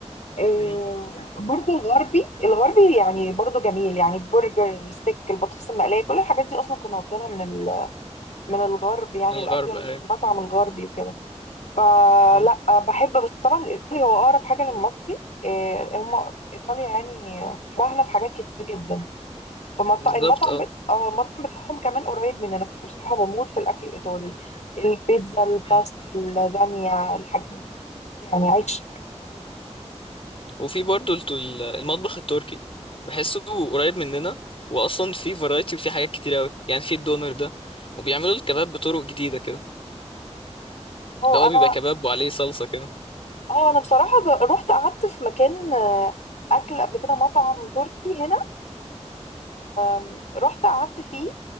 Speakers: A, on the left; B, on the left.
A: آه،
B: مم.
A: برضو الغربي الغربي يعني برضو جميل يعني البرجر الستيك البطاطس المقلية كل الحاجات دي أصلا كنا واخدينها من ال... من الغرب يعني
B: من الغرب
A: الأكل المطعم
B: ايوه
A: الغربي وكده فلا
B: مم.
A: بحب بس طبعا الإيطالي هو أقرب حاجة للمصري آه، هم إيطاليا يعني شبهنا في حاجات كتير جدا فالمطعم
B: بالظبط اه
A: بت... اه المطعم بتاعهم كمان قريب مننا فأنا بصراحة بموت في الأكل الإيطالي البيتزا الباستا
B: مم.
A: اللازانيا الحاجات دي يعني عيش
B: وفي برضو الت- ال- المطبخ التركي بحسه قريب مننا واصلا في فرايتي وفي حاجات كتير قوي يعني في الدونر ده وبيعملوا الكباب بطرق جديده كده
A: اه
B: اللي هو
A: انا
B: بيبقى كباب وعليه صلصه كده
A: اه انا بصراحه جا- رحت قعدت في مكان آه، اكل قبل كده مطعم تركي هنا آم، رحت قعدت فيه